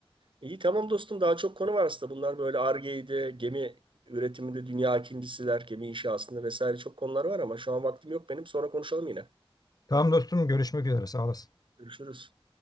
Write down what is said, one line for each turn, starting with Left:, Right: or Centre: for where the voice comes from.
Right: İyi tamam dostum daha çok konu var aslında. Bunlar böyle Ar-Ge'ydi, gemi üretiminde dünya ikincisiler, gemi inşasında vesaire çok konular var ama şu an vaktim yok benim. Sonra konuşalım yine.
Left: Tamam dostum görüşmek üzere sağ olasın.
Right: Görüşürüz.